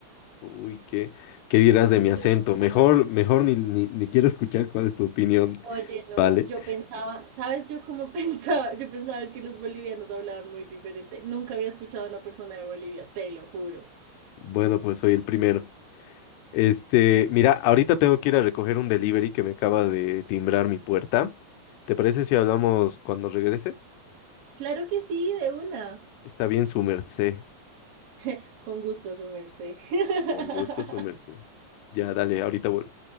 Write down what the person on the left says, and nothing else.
Uy, ¿qué, qué dirás de mi acento?
Mejor,
mejor ni, ni, ni quiero escuchar cuál es tu opinión.
Vale.
Bueno, pues soy el primero. Este, mira, ahorita tengo que ir a recoger un delivery que me acaba de timbrar mi puerta. ¿Te parece si hablamos cuando regrese?
Está bien, su merced.
Con gusto, su merced. Ya, dale, ahorita vuelvo.